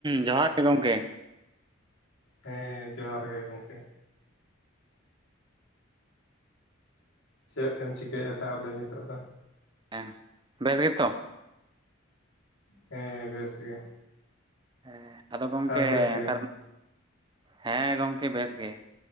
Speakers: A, on the right; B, on the left.
A: ᱡᱚᱦᱟᱨ ᱜᱮ ᱜᱚᱝᱠᱮ
B: ᱦᱮᱸ ᱡᱚᱦᱟᱨ ᱜᱮ ᱜᱚᱝᱠᱮ ᱪᱮᱫ ᱮᱢ ᱪᱤᱠᱟᱹᱭᱮᱫᱼᱟ ᱛᱟᱦᱚᱞᱮ ᱱᱤᱛᱚᱜ ᱫᱚ
A: ᱦᱮᱸ ᱵᱮᱥ ᱜᱮᱛᱚ
B: ᱦᱮᱸ ᱵᱮᱥ ᱜᱮ
A: ᱦᱮᱸ ᱟᱫᱚ ᱜᱚᱝᱠᱮ
B: ᱟᱢ ᱵᱮᱥ ᱜᱮ
A: ᱱᱮᱛᱟᱨ ᱢᱟ ᱴ <unintelligible> ᱦᱮᱸ ᱜᱚᱢᱠᱮ ᱵᱮᱥ ᱜᱮ